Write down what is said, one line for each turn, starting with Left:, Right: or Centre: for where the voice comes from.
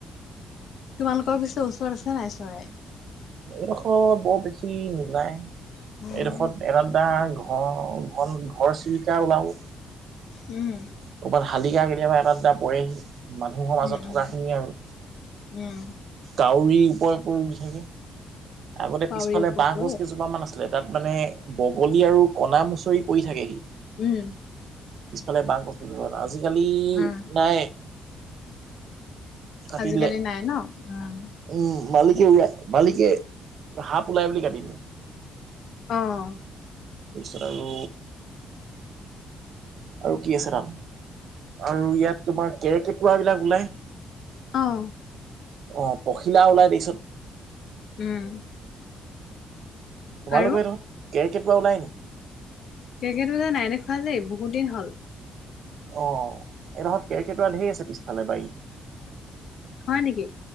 Left: তোমালোকৰ পিছৰ ওচৰত আছে নাই চৰাই?
Right: এইডখৰ বৰ বেছি নাই এইডখৰত
Left: উম
Right: এডাল বাঁহ অ ঘন ঘৰ চিৰিকা ওলাব।
Left: উম।
Right: কবাত শালিকা কেতিয়াবা এটা দুটা পৰেহি। মানুহৰ মাজত
Left: উম
Right: থকা
Left: উম
Right: খিনিয়ে আৰু
Left: উম
Right: কাউৰী উপৰ উপৰে উৰি থাকে। আগতে
Left: কাউৰী
Right: পিছফালে
Left: ওপকৈ
Right: বাহঁ গছ কেইজোপা মান আছে। লে তাত মানে বগলী আৰু কণা মুচৰি পৰি থাকে সি।
Left: উম।
Right: পিছফালে বাহঁ গছ আজিকালি
Left: উম
Right: নাই। কাটি
Left: আজিকালি
Right: দিলে।
Left: নাই ন উম।
Right: উম মালিকে মালিকে। সাপ ওলাই বুলি কাটিলে।
Left: অহ।
Right: তাৰপিছত আৰু আৰু কি আছে কাম। আৰু ইয়াত তোমাৰ কেৰৰ্কেটুৱা বিলাক ওলায়।
Left: অহ।
Right: অ পখিলা ওলাই দেৰিছত।
Left: উম।
Right: তোমালোকৰ
Left: আৰু
Right: এইদখত কেৰৰ্কেটুৱা ওলাই নি?
Left: কেৰৰ্কেটোৱা যে নাই দেখুৱা দেই বহুত দিন হ'ল।
Right: অ এই দখত কেৰ্কেটুৱা ঢেৰ আছে পিছফালে বাৰীত।
Left: হয় নেকি?